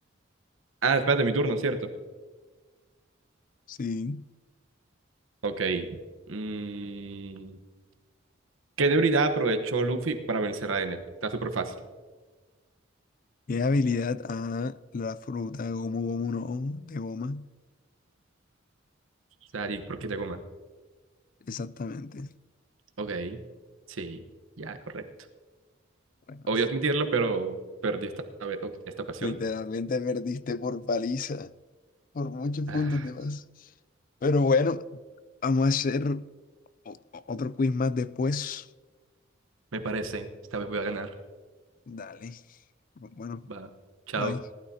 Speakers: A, on the right (about 85°); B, on the left (about 40°).
A: Ah, espérate, mi turno, ¿cierto?
B: Sí.
A: Ok. Mm, ¿qué debilidad aprovechó Luffy para vencer a Enel? Está súper fácil.
B: ¿Qué habilidad a la fruta de gomu gomu no? De goma.
A: Sadik, ¿por qué te goma?
B: Exactamente.
A: Ok, sí, ya, correcto.
B: Bueno,
A: Obvio admitirlo, pero perdí esta, vez- ok, esta ocasión.
B: literalmente perdiste por paliza. Por muchos
A: Ah,
B: puntos de más. Pero bueno, vamos a hacer o- o- otro quiz más después.
A: me parece, esta vez voy a ganar.
B: Dale. Bueno,
A: Va, chao.
B: bye.